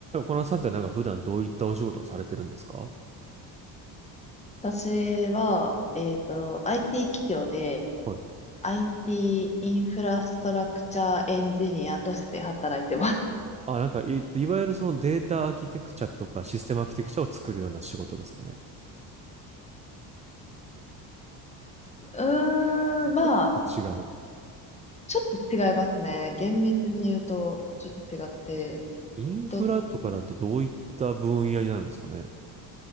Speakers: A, on the right (about 20°); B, on the left (about 15°).
A: このさんってなんか普段どういったお仕事をされてるんですか
B: 私は、えっと、IT 企業で
A: はい。
B: IT イティーインフラストラクチャーエンジニアとして働いてます。
A: あ、なんか、いいわゆるそのデータアーキテクチャとかシステムアーキテクチャを作るような仕事ですかね。
B: <laughs> うーん、まあ、
A: ちょっと違う。
B: ちょっと違いますね。厳密に言うと、ちょっと違って。
A: インフラとかだとどういった分野になるんですかね。
B: と、